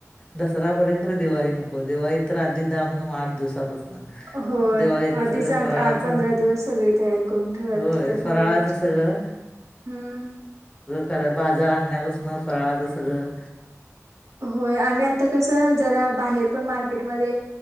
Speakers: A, on the left; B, on the right.
A: दसरा बरे, खरे दिवाळी नको. दिवाळीत तर आधी धामधुम आठ दिवसापासून.
B: होय
A: दिवाळीतलं
B: आधीच
A: सगळं
B: आठ
A: फराळाचं
B: आठ पंधरा दिवस सगळी तयारी करून ठेवायला
A: होय
B: लागते फराळाची.
A: फराळाचं सगळं
B: हम्म
A: कराय बाजार आण्या पसन फराळाच सगळं
B: होय आणि आता कस जरा बाहेर पण मार्के टमध्ये